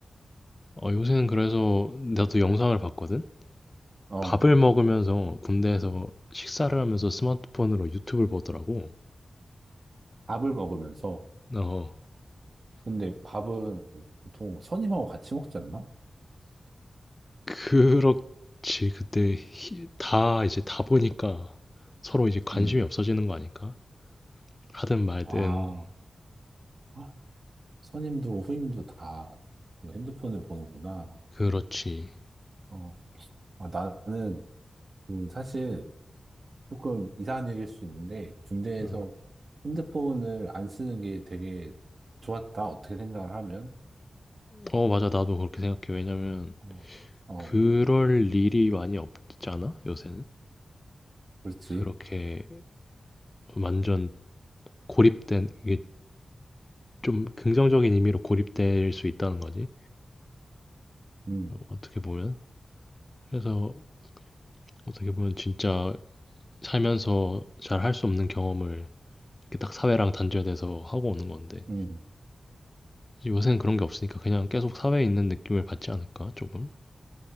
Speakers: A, on the left; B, on the right.
A: 어, 요새는 그래서 나도 영상을 봤거든?
B: 어,
A: 밥을 먹으면서 군대에서 식사를 하면서 스마트폰으로 유튜브를 보더라고.
B: 밥을 먹으면서.
A: 어,
B: 근데 밥은 보통 선임하고 같이 먹지 않나?
A: 그렇지. 그때 히- 다 이제 다 보니까 서로 이제 관심이
B: 음.
A: 없어지는 거 아닐까? 하든 말든,
B: 아, 아, 선임도 후임도 다 그 핸드폰을 보는구나.
A: 그렇지.
B: 어, 아, 나는 그 사실 조금 이상한 얘기일 수 있는데, 군대에서
A: 어,
B: 핸드폰을 안 쓰는 게 되게 좋았다. 어떻게 생각을 하면.
A: 어, 맞아. 나도 그렇게 생각해. 왜냐면,
B: 어, 어,
A: 그럴 일이 많이 없잖아, 요새는.
B: 그렇지.
A: 그렇게 완전 고립된, 이게 좀 긍정적인 의미로 고립될 수 있다는 거지.
B: 음,
A: 어떻게 보면. 그래서 어떻게 보면 진짜 살면서 잘 할 수 없는 경험을 이렇게 딱 사회랑 단절돼서 하고 오는 건데.
B: 음,
A: 요새는 그런 게 없으니까 그냥 계속 사회에 있는 느낌을 받지 않을까, 조금?